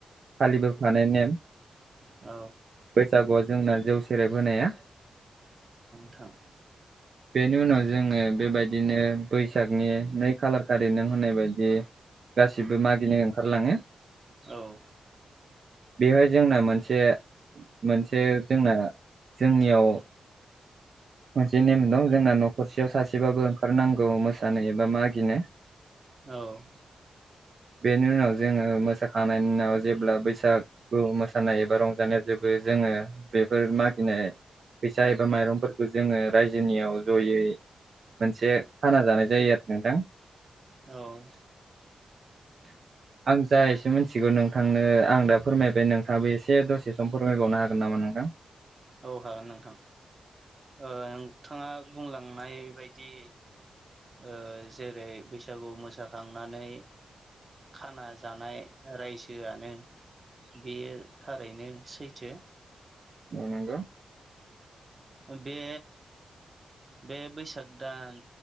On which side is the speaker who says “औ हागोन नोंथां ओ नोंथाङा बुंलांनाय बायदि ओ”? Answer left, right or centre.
Right